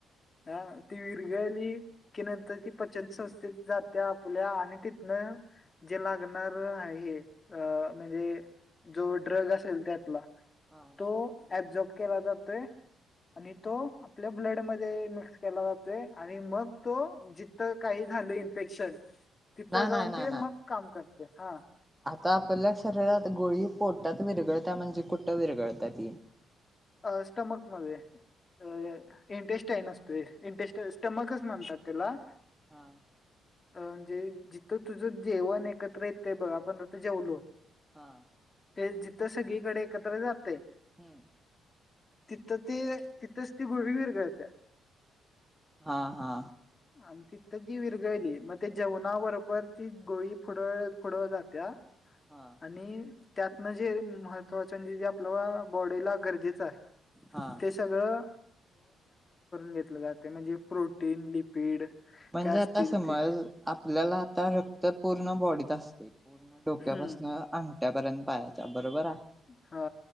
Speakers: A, on the left; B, in the centre.
A: हा ती विरघळली की नंतर ती पचन संस्थेत जाते आपल्या आणि तिथनं जे लागणार आहे म्हणजे जो ड्रग असेल त्यातला
B: हा
A: तो अबजॉब केला जातोय. आणि तो आपल्या ब्लड मध्ये मिक्स केला जातोय आणि मग तो जिथं काही झालं इन्फेक्शन तिथं
B: नाही
A: जाऊन
B: नाही नाही
A: ते मग
B: नाही
A: काम करते हा
B: आता आपल्या शरीरात गोळी पोटात विरगळत म्हणजे कुठं विरगळताती
A: अ स्टमक मध्ये अ इंटरेस्ट आहे नसतो इंटरेस्ट स्टमकच म्हणतात त्याला
B: हां
A: अ म्हणजे जिथं तुझं जेवण एकत्र येत ते बघ आपण ज जेवलो
B: हा
A: ते जिथं सगळीकडे एकत्र जाते
B: हम्म
A: तिथं ते तिथच ती गोळी विरगळत
B: हा हा
A: आम तिथ तर जी विरगळली मग ते जेवणा बरोबर ती गोळी फुड फुडव जात्या
B: हा
A: आणि त्यातनं जे महत्वाच म्हणजे जे आपल्या बॉडीला गरजेचं आहे
B: हा
A: बून घ जाते म्हणे प्रो स् पीड
B: म्हणजे
A: काय असतील
B: आता समज
A: ते
B: आपल्याला आता रक्त पूर्ण बॉडीत असते पूर्ण डोक्यापासन
A: हम्म
B: अंगठ्यापर्यंत पाहायच्या बरोबर आहे
A: हा